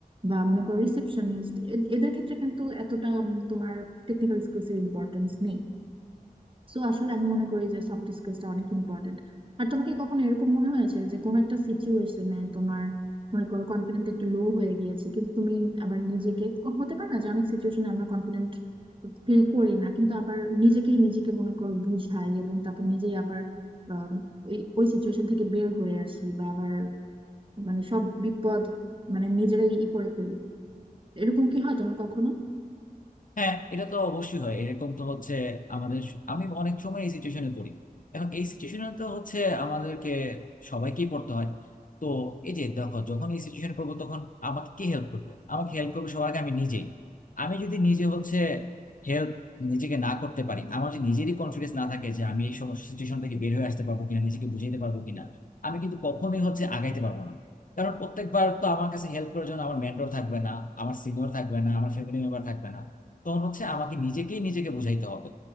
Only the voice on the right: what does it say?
বা মনে করো রিসেপশনিস্ট এদের ক্ষেত্রে কিন্তু এতটা উম, তোমার টেকনিক্যাল স্কিলস এর ইম্পর্টেন্স নেই তো আসলে আমি মনে করি যে সফট স্কিলসটা অনেক ইম্পর্টেন্ট আর তোমাকে কি কখনো এরকম মনে হয়েছে যে কোনো একটা সিচুয়েশনে তোমার মনে করো কনফিডেন্ট একটু লো হয়ে গিয়েছে কিন্তু তুমি আবার নিজেকে হতে পারে না যে অনেক সিচুয়েশনে আমরা কনফিডেন্ট ফিল করি না কিন্তু আবার নিজেকেই নিজেকে মনে করো বুঝাই এবং তারপর নিজেই আবার আম, ওই ওই সিচুয়েশন থেকে বের হয়ে আসি বা আবার মানে সব বিপদ মানে নিজেরাই ই করে ফেলি এরকম কি হয় তোমার কখনো